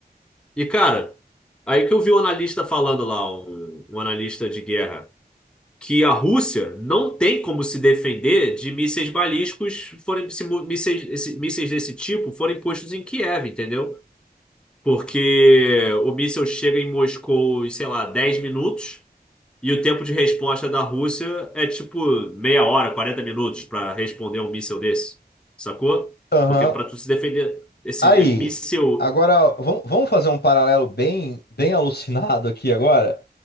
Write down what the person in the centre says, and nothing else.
E, cara, aí que eu vi um analista falando lá, um, um analista de guerra, que a Rússia não tem como se defender de mísseis balísticos, forem, se mu- mísseis, esse- mísseis desse tipo forem postos em Kiev, entendeu? Porque o míssil chega em Moscou em, sei lá, 10 minutos. E o tempo de resposta da Rússia é tipo meia hora, 40 minutos para responder um míssil desse. Sacou?
Porque para tu se defender, esse
é míssil.